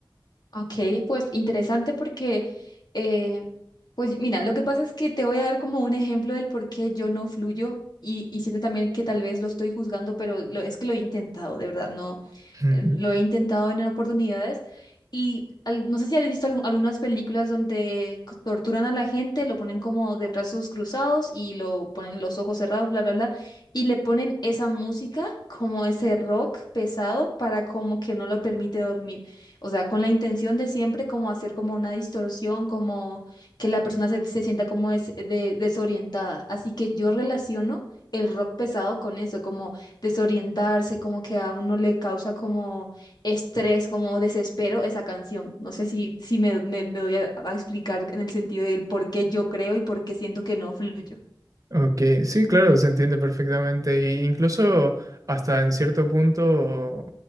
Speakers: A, on the left; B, on the right.
A: Ok, pues interesante porque, eh, pues mira, lo que pasa es que te voy a dar como un ejemplo del por qué yo no fluyo y, y siento también que tal vez lo estoy juzgando, pero lo, es que lo he intentado, de verdad, no,
B: <laughs> Ujú.
A: eh, lo he intentado en oportunidades y al- no sé si has visto algu- algunas películas donde c- torturan a la gente, lo ponen como de brazos cruzados y lo ponen los ojos cerrados, bla, bla, bla, y le ponen esa música como ese rock pesado para como que no lo permite dormir. O sea, con la intención de siempre como hacer como una distorsión, como que la persona se, se sienta como des- de- desorientada. Así que yo relaciono el rock pesado con eso, como desorientarse, como que a uno le causa como estrés, como desespero esa canción. No sé si, si me, me, me doy a, a explicar en el sentido del por qué yo creo y por qué siento que no fluyo.
B: Ok, sí, claro, se entiende perfectamente. E incluso hasta en cierto punto